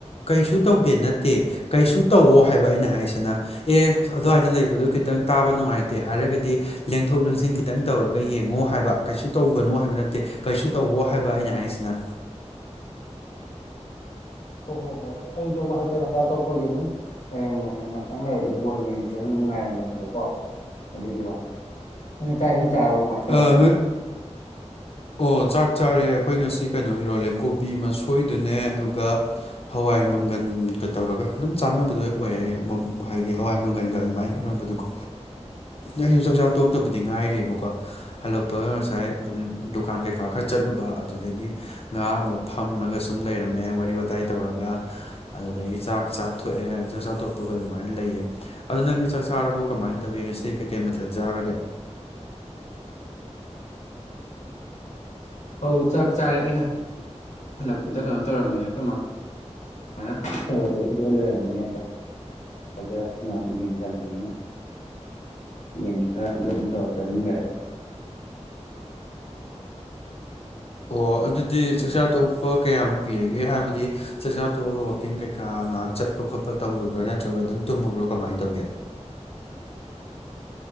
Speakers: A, on the left (about 55°); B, on the left (about 80°).
A: ꯀꯩꯁꯨ ꯇꯧꯗꯦ ꯅꯠꯇꯦ ꯀꯩꯁꯨ ꯇꯧꯑꯣ ꯍꯥꯏꯕ ꯑꯩꯅ ꯍꯥꯏꯖꯤꯅ ꯑꯦ ꯑꯗꯨꯋꯥꯏꯗ ꯂꯩꯕꯗꯣ ꯈꯤꯇꯪ ꯈꯤꯇꯪ ꯇꯥꯕ ꯅꯨꯡꯉꯥꯏꯇꯦ ꯍꯥꯏꯔꯒꯗꯤ ꯂꯦꯡꯊꯣꯛ ꯂꯦꯡꯁꯤꯟ ꯈꯤꯇꯪ ꯇꯧꯔꯒ ꯌꯦꯡꯉꯣ ꯍꯥꯏꯕ ꯀꯩꯁꯨ ꯇꯧꯒꯅꯨ ꯍꯥꯏꯕ ꯅꯠ ꯇꯦ ꯀꯩꯁꯨ ꯇꯧꯑꯣ ꯍꯥꯏꯕ ꯑꯩꯅ ꯍꯥꯏꯁꯤꯅ
B: INAUDIBLE ꯍꯣ ꯍꯣ ꯍꯣꯏ ꯑꯩꯗꯣ ꯃꯊꯛꯇ ꯆꯥꯛ ꯇꯣꯛꯄꯒꯤ ꯑꯗꯨꯝ ꯂꯩꯔꯝꯕꯅꯦ ꯉꯇꯪ ꯂꯩꯔꯗꯤ ꯕꯣꯟ ꯌꯦꯡꯉꯖꯦꯅ ꯅꯨꯡꯉꯥꯏꯔꯝꯕꯅꯦꯕꯀꯣ ꯑꯗꯨꯒꯤ ꯋꯥꯅꯤ ꯅꯪꯗꯤ ꯆꯥꯛ-ꯏꯁꯤꯡ ꯆꯥꯔꯕꯣ ꯀꯃꯥꯏꯟ ꯇꯧꯔꯒꯦ
A: ꯑ ꯑꯣ ꯆꯥꯛ ꯆꯥꯔꯦ ꯑꯩꯈꯣꯏ ꯉꯁꯤ ꯀꯩꯅꯣ ꯏꯔꯣꯜꯂꯦ ꯀꯣꯕꯤ ꯃꯁꯣꯏꯗꯨꯅꯦ ꯑꯗꯨꯒ ꯍꯋꯥꯏ ꯃꯪꯒꯟ ꯇꯧꯔꯒ ꯑꯗꯨꯝ ꯆꯥꯟꯅꯕꯗꯣ ꯑꯣꯏꯌꯦ ꯃꯝ ꯍꯥꯏꯕꯗꯤ ꯍꯋꯥꯏ ꯃꯪꯒꯜꯒ ꯑꯗꯨꯃꯥꯏꯅ ꯏꯔꯣꯝꯕꯗꯣꯀꯣ ꯑꯩꯖꯨ ꯆꯥꯛꯆꯥ ꯇꯣꯛꯇꯕꯗꯤ ꯉꯥꯏꯔꯤꯕꯀꯣ ꯍꯜꯂꯛꯄꯒ ꯉꯁꯥꯏ ꯑꯗꯨꯝ ꯗꯨꯀꯥꯟ ꯀꯩꯀꯥ ꯈꯔ ꯆꯠꯂꯨꯕ ꯑꯗꯨꯗꯒꯤ ꯉꯥꯍꯥꯛ ꯑꯃꯨꯛ ꯐꯝ ꯃꯒ ꯁꯨꯝ ꯂꯩꯔꯝꯃꯦ ꯋꯥꯔꯤ- ꯋꯥꯇꯥꯏ ꯇꯧꯔꯒ ꯑꯗꯨꯗꯒꯤ ꯆꯥꯛ ꯆꯥꯊꯣꯛꯑꯦ ꯑꯗꯨ ꯆꯥꯛꯆꯥꯇꯣꯛꯄꯒꯥ ꯃꯥꯏ ꯂꯩꯌꯦ ꯑꯗꯣ ꯅꯪꯗꯤ ꯆꯥꯛ ꯆꯥꯔꯕꯣ ꯀꯃꯥꯏ ꯇꯧꯒꯦ ꯉꯁꯤꯗꯤ ꯀꯩꯀꯩ ꯃꯊꯦꯜ ꯆꯥꯔꯒꯦ
B: INAUDIBLE ꯑꯧ ꯆꯥꯛ ꯆꯥꯢꯌꯦ ꯑꯩꯅ ꯍꯜꯂꯛꯄꯗ ꯀꯩꯅꯣ ꯇꯧꯔꯝꯃꯦ ꯑꯩꯈꯣꯏ ꯃꯥ ꯁꯨꯃꯥꯏꯅ ꯇꯧꯔꯒ ꯏꯔꯣꯜ ꯂꯩꯔꯝꯃꯦ ꯑꯗꯨ ꯁꯩꯗꯥ ꯏꯅꯥꯎꯄꯤ ꯌꯦꯟ ꯆꯥꯅꯤꯡꯉꯦꯅ ꯌꯦꯟ ꯈꯔ ꯑꯗꯨ ꯇꯧꯔ ꯆꯥꯖꯤꯟꯒꯔꯦ INAUDIBLE
A: ꯑꯣ ꯑꯗꯨꯗꯤ ꯆꯥꯛꯆꯥ ꯇꯣꯛꯄ ꯀꯌꯥꯝ ꯀꯨꯏꯔꯒꯦ ꯍꯥꯏꯕꯗꯤ ꯆꯥꯛꯆꯥ ꯇꯣꯛꯑꯒ ꯋꯥꯛꯀꯤꯡ ꯀꯩꯀꯥ ꯉꯍꯥꯛ ꯆꯠ ꯈꯣꯠꯄ- ꯇꯧꯔꯨꯕ꯭ꯔꯥ ꯅꯠꯇ꯭ꯔꯒ ꯑꯗꯨꯝ ꯇꯨꯝꯃꯕ꯭ꯔꯣ ꯀꯝꯃꯥꯏꯅ ꯇꯧꯒꯦ
B: <inaudible>